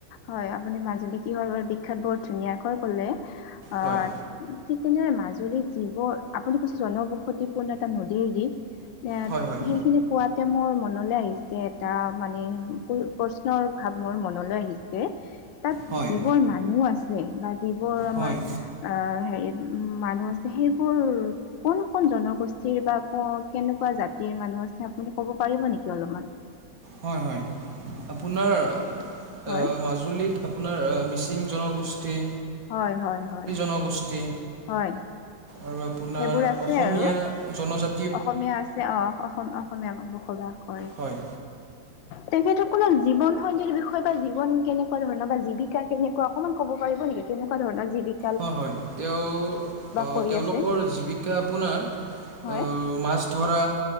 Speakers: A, on the left; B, on the right.
A: হয় আপুনি মাজুলী কিহৰ বাবে বিখ্যাত বৰ ধুনিয়াকৈ ক'লে। অ
B: হয়
A: ঠিক তেনেদৰে মাজুলীত যিবোৰ, আপুনি কৈছে জনবসতিপূৰ্ণ এটা নদীৰ দ্বীপ। এ,
B: হয় হয়
A: সেইখিনি কোৱাতে মোৰ মনলে আহিছে এটা মানে <unintelligible> প্ৰশ্নৰ ভাৱ মোৰ মনলৈ আহিছে। তাত
B: হয়
A: যিবোৰ মানুহ আছে বা যিবোৰ আমাৰ
B: হয়
A: আহ হেৰি উম মানুহ আছে সেইবোৰ কোন-কোন জনগোষ্ঠীৰ বা ক কেনেকুৱা জাতিৰ মানুহ আছে আপুনি ক'ব পাৰিব নেকি অলপমান?
B: হয়-হয়, আপোনাৰ এ,
A: হয়
B: মাজু জুলিত আপোনাৰ আ মিচিং জনগোষ্ঠী
A: হয়-হয়-হয়।
B: নগোষ্ঠী।
A: হয়।
B: আৰু আপোনাৰ
A: সেইবোৰ আছে
B: অসমীয়া
A: আৰু
B: জনজা
A: অসমীয়া আছে অ, অস অসম অসমীয়া মানু্হ বসবাস কৰে।
B: হয়
A: তেখেতসকলৰ জীৱন শৈলীৰ বিষয়ে বা জীৱন কেনেকুৱা ধৰণৰ বা জীৱিকা কেনেকুৱা অকনমান কব পাৰিব নেকি? কেনেকুৱা ধৰনৰ জীৱিক
B: হয়-হয়, তেওঁ আ
A: কৰি
B: তেওঁলোকৰ
A: আছে
B: জীৱি কা আপোনাৰ অ
A: হয়
B: মাছ ধৰা